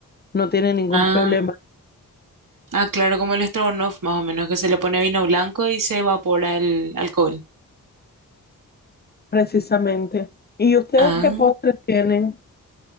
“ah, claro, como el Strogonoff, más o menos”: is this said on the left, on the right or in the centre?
Right